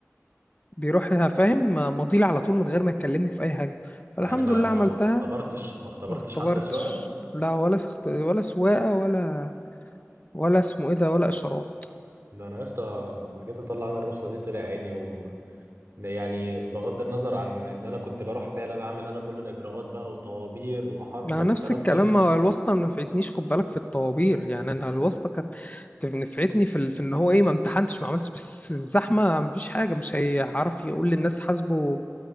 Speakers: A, on the left (about 30°); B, on the right (about 55°).
A: بيروح فاهم مضيلي على طول من غير ما يكلمني في أي حاجة فالحمد
B: يعني ما
A: لله
B: ما
A: عملتها
B: ما اختبرتش ما اختبرتش
A: ما اختبرتش
B: حتى سواقه
A: لا ولا اخت- ولا سواقة ولا ولا اسمه إيه ده ولا إشارات
B: ده انا يا اسطى ما جيت اطلع انا الرخصه دي طلع عيني و يعني بغض النظر عن ان انا كنت بروح فعلا اعمل انا كل الاجراءات بقى وطوابير وحر
A: ما
B: والكلام
A: نفس الكلام
B: ده
A: ما هو الواسطة ما نفعتنيش خد بالك في الطوابير يعني انا الواسطة كانت تف- نفعتني في ال... في ان هو ايه ما امتحنتش ما عملتش بس الزحمة مفيش حاجة مش هيعرف يقول للناس حاسبه